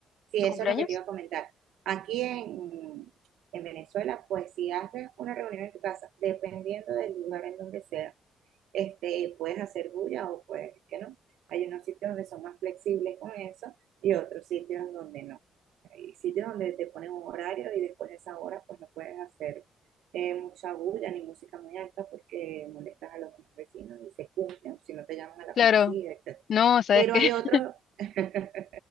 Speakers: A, on the right (about 80°); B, on the left (about 60°).
A: sí, eso
B: cumpleaños?
A: es lo que te iba a comentar. Aquí en, en Venezuela, pues si haces una reunión en tu casa, dependiendo del lugar en donde sea, este, puedes hacer bulla o puedes que no. Hay unos sitios donde son más flexibles con eso y otros sitios donde no. Hay sitios donde te ponen un horario y después de esa hora pues no puedes hacer eh, mucha bulla ni música muy alta porque molestas a los demás vecinos y se cumplen si no te llaman a la
B: Claro,
A: policía, etcétera
B: no, ¿sabes
A: Pero
B: qué?
A: hay
B: <laughs>
A: otros <laughs>